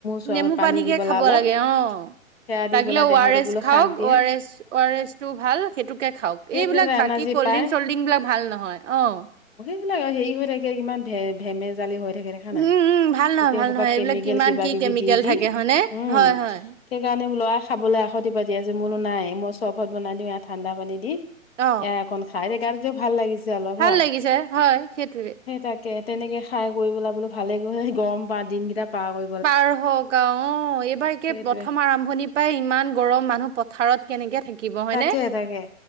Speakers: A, on the left; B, on the right.
A: চ
B: নেমু
A: পানী
B: পানীকে
A: দি পেলাই
B: খাব
A: অলপ
B: লাগে অ।
A: সেয়া দি
B: লাগিলে
A: পেলাই
B: অ
A: দেহাটো
B: আৰ এছ
A: বোলো
B: খাওক
A: শান্তিয়ে
B: অ R S O R S টো ভাল সেইটোকে খাওক
A: সেইটো
B: এইবিলাক
A: এটা এনাৰ্জি
B: বাকী। কল্ড
A: পায়
B: ড্ৰিংক চল্ড্ৰিং বিলাক ভাল নহয় অ',।
A: এইবিলাক হেৰি হৈ থাকে কিমান ভে -ভেমে জালি হৈ থাকে দেখা
B: উম
A: নাই?
B: উম ভাল নহয়
A: গোটেই
B: ভাল
A: হুপা
B: নহয় এইবিলাক
A: কেমিকেল
B: কিমান
A: কিবা-
B: কি
A: কিবি,
B: কেমিকেল
A: দি- দি
B: থাকে হয়নে
A: উম
B: হয় হয়
A: সেইকাৰণে লৰাই খাবলে কাষতি পাতি আছে। মই বোলো নাই মই চৰ্বত বনাই দিওঁ ইয়া ঠাণ্ডা পানী দি
B: অ
A: ইয়া অকন খাই এ গাটো যে ভাল লাগিছে। যে অলপ
B: ভাল
A: হয়
B: লাগিছে হয় সেইটোৱে
A: সেই তাকে তেনেকে খাই কৰি পেলাই বোলো ভালে গৈ গৰম দিন কেইটা পাৰ কৰি
B: পাৰ হক আও অ', এইবাৰ একে
A: সেইটোৱে
B: প্ৰথম আৰম্ভণি পাই ইমান গৰম মানুহ পথাৰত কেনে কেনেকে থাকিব হয়
A: তাকে
B: নে?
A: তাকে